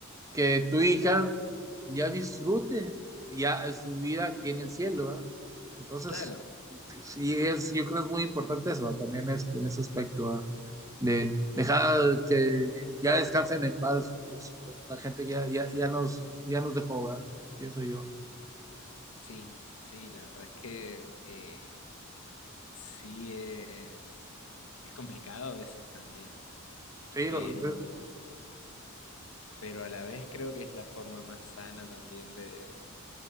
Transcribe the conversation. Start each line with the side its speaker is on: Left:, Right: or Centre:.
Right: Que tu hija ya disfrute ya su vida aquí en el cielo, ¿verdad? Entonces,
Left: Claro,
Right: sí es, yo creo que es muy importante eso, ¿verdad? También este, en ese aspecto, ¿verdad? De dejar que ya descansen en paz los- la gente que ya, ya, ya nos, ya nos dejó, ¿verdad? Pienso yo.
Left: sí, sí, la verdad es que eh, sí es, es complicado a veces también,
Right: Sí,
Left: pero,
Right: lo- eh,
Left: pero a la vez creo que es la forma más sana también de,